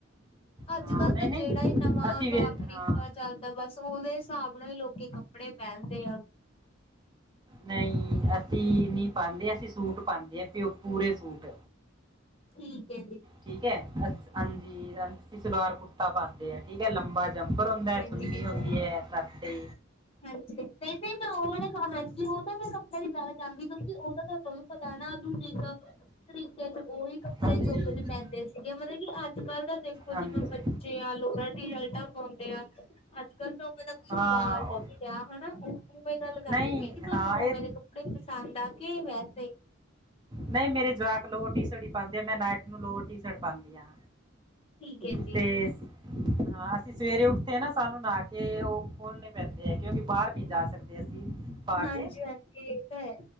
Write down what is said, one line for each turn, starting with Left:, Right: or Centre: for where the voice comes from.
Left: ਅੱਜ-ਕੱਲ
Right: ਹਾਂ ਨਹੀਂ
Left: ਤਾਂ
Right: ਨਹੀਂ
Left: ਜਿਹੜਾ ਈ ਨਵਾਂ
Right: ਅਸੀਂ
Left: ਤੌਰ-ਤਰੀਕਾ
Right: ਵੇ ਹਾਂ
Left: ਚੱਲਦਾ ਬਸ ਉਹਦੇ ਹਿਸਾਬ ਨਾਲ ਈ ਲੋਕੀ ਕੱਪੜੇ ਪਹਿਨਦੇ ਆ।
Right: ਨਈ ਅਸੀਂ ਨੀ ਪਾਂਦੇ ਅਸੀਂ ਸੂਟ ਪਾਂਦੇ ਆ ਪਿਓ ਪੂਰੇ ਸੂਟ।
Left: ਠੀਕ ਐ ਜੀ।
Right: ਠੀਕ ਐ ਅ ਹਾਂਜੀ ਹ ਅਸੀਂ ਸਲਵਾਰ ਕੁੜਤਾ ਪਾਂਦੇ ਆ ਠੀਕ ਐ ਲੰਬਾ ਜਮਾ ਉਪਰ
Left: ਹਾਂਜੀ
Right: ਹੁੰਦਾ
Left: ਹਾਂਜੀ
Right: ਚੁੰਨੀ
Left: ਇਹ
Right: ਹੁੰਦੀ
Left: ਤਾਂ ਹੈ
Right: ਐ ਸਰ ਤੇ।
Left: ਹਾਂਜੀ। ਨਈ-ਨਈ ਮੈਂ ਓ ਵਾਲੇ ਹਾਂਜੀ ਓ ਤਾਂ ਮੈਂ ਕੱਪੜੇ ਦੀ ਗੱਲ ਕਰਦੀ ਕਿਉਂਕਿ ਓ ਤਾਂ ਤੁਆਨੂੰ ਵੀ ਪਤਾ ਨਾ ਕਿੰਨੀ ਕ, ਤਰੀਕੇ ਚ ਓਈ ਕੱਪੜੇ
Right: ਹਾਂਜੀ
Left: ਚੁੱੱਕ ਕੇ ਪੈਂਦੇ ਸੀਗੇ ਮਤਲਬ ਕਿ ਅੱਜ-ਕੱਲ ਤਾਂ ਦੇਖੋ ਜਿਵੇਂ
Right: ਹਾਂਜੀ
Left: ਬ ਬੱਚੇ ਆ ਲੋਰਾਂ ਟੀਸ਼ਲਟਾ ਪਾਉਂਦੇ ਆ, ਅੱਜ-ਕੱਲ ਤਾਂ ਓਵੇਂ ਦਾ ਕੋਈ
Right: ਹਾਂ
Left: ਰਿਵਾਜ਼ ਵੀ
Right: ਉਹ
Left: ਹਨਾ ਓ ਉਵੇਂ ਗੱਲ ਕਰਦੀ
Right: ਨਹੀਂ
Left: ਪਈ ਸੀ ਕਿ ਤੁਆਨੂੰ
Right: ਹਾਂ ਇਹ
Left: ਉਵੇਂ ਦੇ ਕੱਪੜੇ ਪਸੰਦ ਆ ਕੇ ਵੈਸੇ
Right: ਨਈ ਮੇਰੇ ਜਵਾਕ ਲੋਰ ਟੀਸ਼ਟ ਈ ਪਾਂਦੇ ਆ ਮੈਂ ਨਾਇਟ ਨੂੰ ਲੋਰ ਟੀ ਸ਼ਰਟ ਪਾਂਦੀ ਆ।
Left: ਠੀਕ ਹੈ ਜੀ
Right: ਤੇ ਹਾਂ ਅਸੀਂ ਸਵੇਰੇ ਉੱਠਦੇ ਆ ਨਾ ਸਾਨੂੰ ਨਾਹ ਕੇ ਓ ਫੁੱਲ ਪੈਂਦੇ ਐ ਕਿਉਂਕਿ ਬਾਹਰ ਨੀ ਜਾ ਸਕਦੇ ਅਸੀਂ ਪਾ
Left: ਹਾਂਜੀ-ਹਾਂਜੀ
Right: ਕੇ
Left: ਇਹ ਤਾਂ ਹੈ।